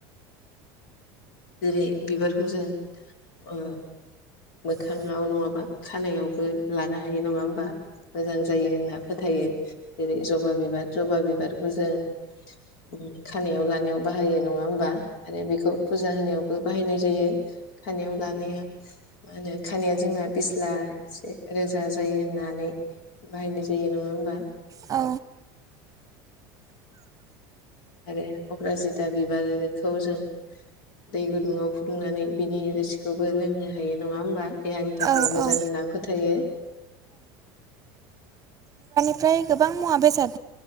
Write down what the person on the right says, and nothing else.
नङाबा खानायावबो लानो हायो नङा होमबा मोजां जायो होनना फोथायो जबा बिबार जबा बिबारखौ जों न'खराव फुजा होनायावबो बाहायनाय जायो सानयाव लानायाव
औ
औ औ
ओमफ्राय गोबां मुवा बेसाद